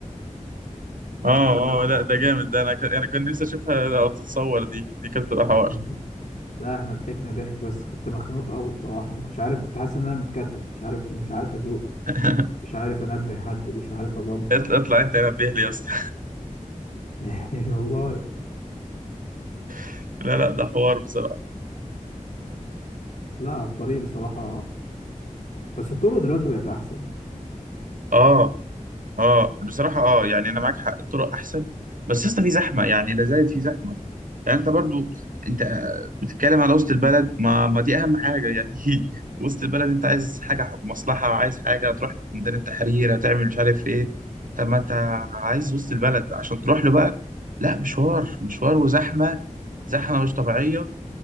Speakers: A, on the right; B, on the left.
A: اه
B: كان حوار
A: اه لا ده جامد ده انا ك... انا كان نفسي اشوفها لو تتصور دي دي كانت تبقى
B: <laughs>
A: حوار
B: لا احنا ضحكنا ضحك بس كنت مخنوق قوي بصراحة ما كنتش عارف كنت حاسس ان انا متكتف مش عارف مش عارف اسوق
A: <laughs>
B: مش عارف انبه حد مش عارف ادمر
A: اطلع اطلع انت نبه لي يا اسطى
B: <laughs> والله
A: <laughs> لا لا ده حوار بصراحه
B: لا على الطريق بصراحة بس الطرق دلوقتي بقت احسن
A: اه اه بصراحه اه يعني انا معاك حق الطرق احسن بس يا اسطى في زحمه يعني لا زالت في زحمه يعني انت برضو انت بتتكلم على وسط البلد ما ما دي اهم حاجه يعني <laughs> وسط البلد انت عايز حاجه حكم مصلحه عايز حاجه تروح ميدان التحرير هتعمل مش عارف ايه طب ما انت عايز وسط البلد عشان تروح له بقى لا مشوار مشوار وزحمه زحمه مش طبيعيه